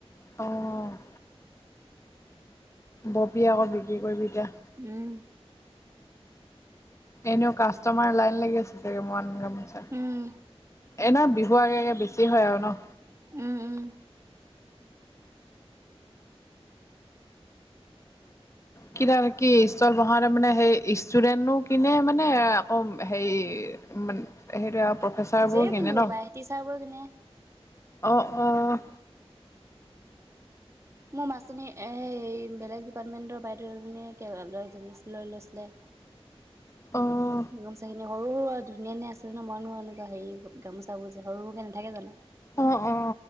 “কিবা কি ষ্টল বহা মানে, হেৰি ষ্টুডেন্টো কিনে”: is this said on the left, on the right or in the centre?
Left